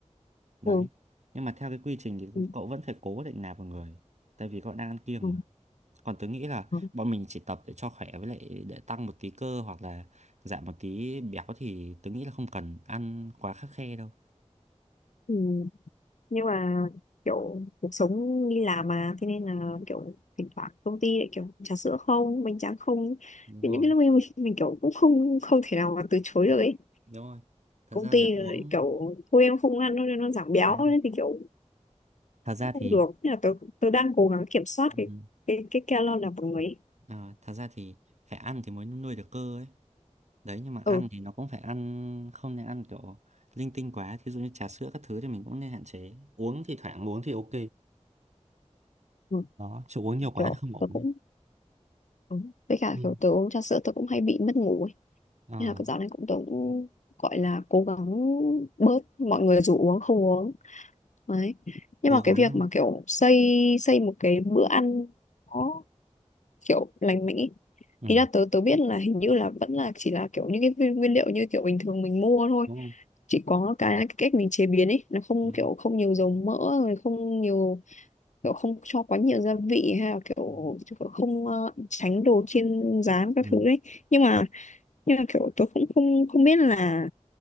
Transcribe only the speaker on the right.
đấy
nhưng mà theo cái quy trình thì
cậu vẫn phải cố định nạp vào người tại vì cậu đang ăn kiêng
mà còn tớ nghĩ là
bọn mình chỉ tập để cho khỏe với lại để tăng một tí cơ hoặc là giảm một tí béo thì tớ nghĩ là không cần ăn quá khắt khe đâu
đúng
rồi
đúng rồi thật
ra
là
uống
đúng rồi.
thật ra
thì
ừ,
ờ, thật ra thì phải ăn thì mới nuôi được cơ ấy đấy nhưng mà
ăn thì nó cũng phải ăn không nên ăn kiểu linh tinh quá thí dụ như trà sữa các thứ thì mình cũng nên hạn chế uống thì thoảng uống thì ok
đó chứ uống nhiều quá
thì không ổn
ấy.
ừ.
Ờ,
cố
gắng
thôi
ừ,
đúng không
đúng
rồi
ừ.
ừ.